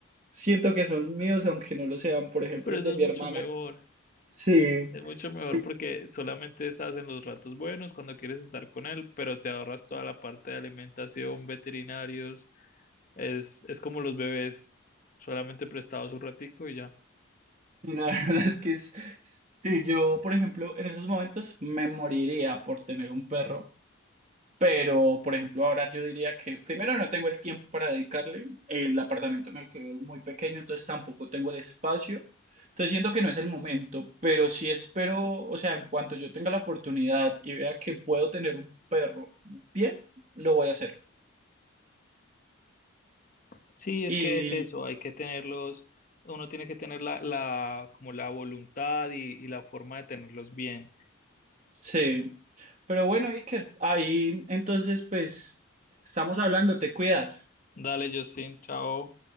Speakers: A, on the right; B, on the left.
A: siento que son míos aunque no lo sean. Por ejemplo,
B: Pero
A: el
B: eso
A: de
B: es
A: mi
B: mucho
A: hermana.
B: mejor.
A: Sí,
B: Es mucho mejor
A: sí,
B: porque solamente estás en los ratos buenos cuando quieres estar con él, pero te ahorras toda la parte de alimentación, veterinarios. Es, es como los bebés, solamente prestados un ratico y ya.
A: sí, la <laughs> verdad es que es- sí, yo, por ejemplo, en esos momentos me moriría por tener un perro. Pero, por ejemplo, ahora yo diría que primero no tengo el tiempo para dedicarle. El apartamento en el que vivo es muy pequeño, entonces tampoco tengo el espacio. Entonces siento que no es el momento, pero sí espero, o sea, en cuanto yo tenga la oportunidad y vea que puedo tener un perro bien, lo voy a hacer.
B: Sí, es
A: Y
B: que es eso, hay que tenerlos, uno tiene que tener la, la, como la voluntad y, y la forma de tenerlos bien.
A: sí, pero bueno, Iker, ahí entonces pues estamos hablando, te cuidas.
B: Dale, Justin, chao.